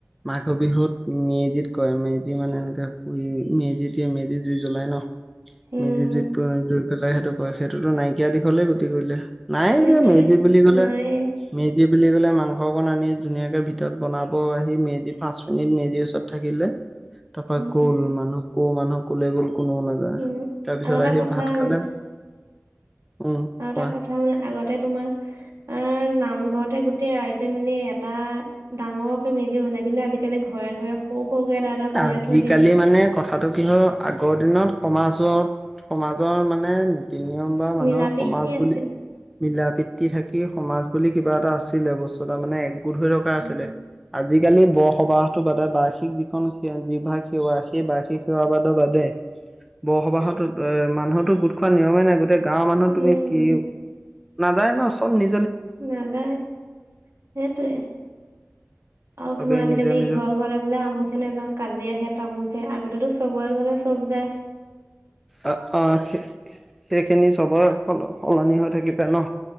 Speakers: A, in the centre; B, on the right.
A: মাক মাঘ। বিহুত মেজিত কয় মেজি মানে এনেকেু মেজি দিয়ে মেজি জুই জ্বলাই ন
B: উম
A: মেজি জুইত জুই পেলাই সেইটো ক সেইটোতো নাইকিয়া দিশলে গতি কৰিলে নাই
B: সেইটোৱে
A: এতিযয়া মেজি। বুলি ক'লে
B: নাই
A: মেজি। বুলি ক'লে মাংস অকণ আনি ধুনীয়াকে ভিতৰত বনাব আহি মেজি পাঁচ মিনিট মেজিৰ ওচৰত থাকিলে। তাৰপা
B: উম
A: গ'ল মানুহ কো মানুহ কলে গ'ল। কোননেও নাযায়
B: উম
A: তাৰ পিছত
B: আৰু এটা
A: আহি
B: কথা
A: ভাত খালে।
B: মানে
A: উম
B: আৰু এটা
A: কোৱা
B: কথা মানে আগতে তোমাৰ
A: <inaudible>
B: আহ নামঘৰতে গোটেই ৰাইজে মেলি এটা ডাঙৰকে মেজি বনাই কিন্তু আজিকালি ঘৰে ঘৰে সৰু সৰুকে এটা এটা বনাই
A: আজিকালি
B: থৈ দিয়ে
A: মানে কথাটো কি হল আগৰ দিনত সমাজত সমাজৰ মানে তিনি নম্বাৰ মানুহৰ
B: মিলা প্ৰীতি
A: সমাজ
B: আছিল
A: বুলি মিলা প্ৰীতি থ থাকি সমাজ বুলি কিবা এটা আছিলে বস্তু এটা মানে একগোট হৈ থকা আছিলে।
B: উম
A: আজিকালি বৰসবাহটো বাদে বাইছ কি যিখন স যিভাগ সেৱা সেই বাৰ্ষিক সেৱাবাদৰ বাদে <unintelligible> বসবাহতো এ মানুহতো গোট খোৱা নিয়মেই নাই গোটেই গাঁৱৰ মানুহ
B: উম
A: তুমি কি
B: উম
A: নাযায় ন চব নি
B: নাযায় সেইটোৱে আৰু
A: চবেই
B: তোমাৰ আজিকালি
A: নিজৰ
B: এই
A: নিজৰ
B: ঘৰ ঘৰে বোলে আমুখ হে নাযাওঁ। কাজিয়া আহে ত আমুখে আগতেতো চবৰে ঘলে চব যায়
A: অ অ সেইখিনি চবৰ স সলনি হৈ থাকিব ন।